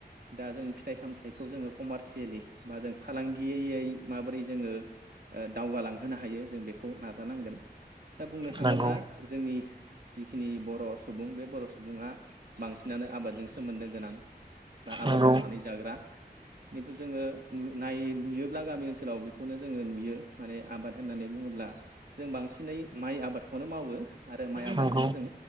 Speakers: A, on the right; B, on the right.
A: दा जों फि थाइ सामथाइखौ जोङो कमारसियेलि बा जों फालांगियै यै माबोरै जोङो दावगालांहोनो हायो जों बेखौ नाजानांगोन। दा बुंनो थाङोब्ला
B: नंगौ
A: जोंनि। जिखिनि बर' सुबुं बे बर' सुबुङा बांसिनानो आबादजों सोमोन्दो गोनां। बा आबाद
B: नंगौ
A: मावनानै जाग्रा। खिन्थु जोङो नु नाय नुयोब्ला गामि ओनसोलाव बेखौनो जोङो नुयो माने आबाद होननानै बुङोब्ला जों बांसिनै माइ आबादखौनो मावो। आरो माइ आबादजोंनो
B: नंगौ
A: जों